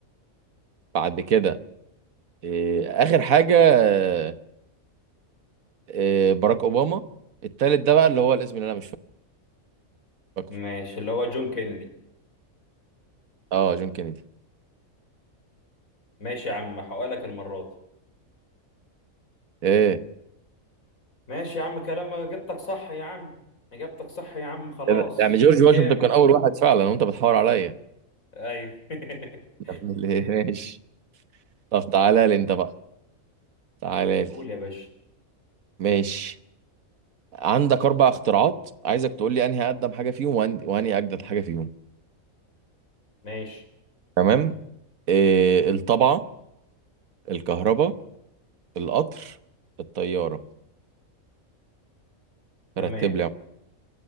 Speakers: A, on the right (about 85°); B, on the left (about 80°).
A: بعد كده آه، اخر حاجه آه، آه، باراك اوباما التالت ده بقى اللي هو الاسم اللي انا مش فاكره
B: ماشي اللي هو جون كينيدي
A: اه جون كينيدي
B: ماشي يا عم هحققلك المرة دي
A: ايه
B: ماشي يا عم كلام اجابتك صح يا عم اجابتك صح يا عم خلاص
A: إيه، يعني جورج
B: انت
A: واشنطن
B: جامد
A: كان اول واحد فعلا وانت بتحور عليا
B: ايوه <laughs>
A: <laughs> ماشي طب تعالى لي انت بقى تعالى لي
B: قول يا باشا
A: ماشي عندك اربع اختراعات عايزك تقول لي انهي اقدم حاجه فيهم وأن- وانهي اجدد حاجه فيهم
B: ماشي
A: تمام إيه الطبعه الكهرباء القطر الطياره
B: تمام
A: رتب لي يا عم.